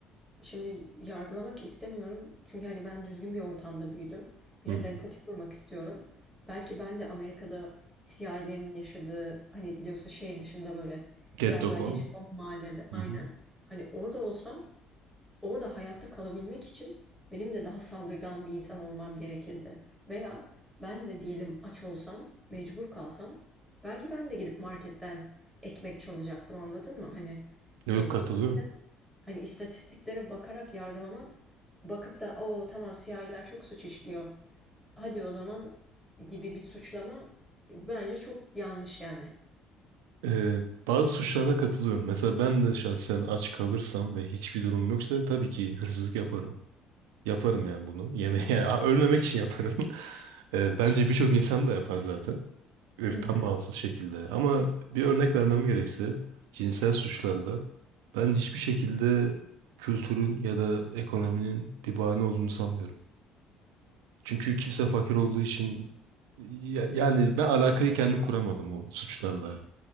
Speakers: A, in the centre; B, on the right.
A: Şimdi yargılamak istemiyorum. Çünkü hani ben düzgün bir ortamda büyüdüm. Biraz
B: Hı.
A: empati kurmak istiyorum. Belki ben de Amerika'da siyahilerin yaşadığı hani biliyorsun şehir dışında böyle
B: Getto
A: biraz daha
B: falan.
A: gecekondu mahallede aynen.
B: Hı hı.
A: Hani orada olsam orada hayatta kalabilmek için benim de daha saldırgan bir insan olmam gerekirdi. Veya ben de diyelim aç olsam mecbur kalsam belki ben de gidip marketten ekmek çalacaktım anladın mı? Hani
B: Yok
A: e,
B: katılıyorum.
A: Hani istatistiklere bakarak yargılamak, bakıp da o tamam siyahiler çok suç işliyor. Hadi o zaman gibi bir suçlama e, bence çok yanlış yani.
B: Ee, bazı suçlarda katılıyorum. Mesela ben de şahsen aç kalırsam ve hiçbir durum yoksa tabii ki hırsızlık yaparım. Yaparım yani bunu. Yemeğe <laughs> yani, a- ölmemek için yaparım. <laughs> Ee, bence birçok insan da yapar zaten. Irktan
A: Hı hı.
B: bağımsız şekilde. Ama bir örnek vermem gerekse cinsel suçlarda ben hiçbir şekilde kültürün ya da ekonominin bir bahane olduğunu sanmıyorum. Çünkü kimse fakir olduğu için ya- yani ben alakayı kendim kuramadım o suçlarla